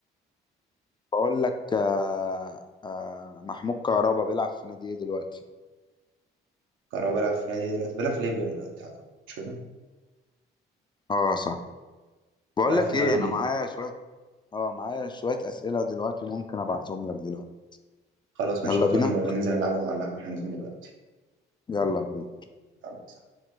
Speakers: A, on the left; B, on the right.
A: بقول لك آه آه محمود كهربا بيلعب في نادي ايه دلوقتي
B: كهربا بيلعب في نادي إيه دلوقتي بيلعب في ليبيا دلوقتي اعتقد مش كده
A: اه صح بقول
B: بيلعب
A: لك
B: في الدوري
A: ايه
B: الليبي
A: انا معايا شوية اه معايا شوية اسئلة دلوقتي ممكن ابعتهم لك دلوقتي
B: خلاص ماشي
A: يلا
B: بعتهم
A: بينا
B: لي وننزل نلعبهم على القهوة واحنا نازلين دلوقتي
A: يلا بينا
B: يلا سلام.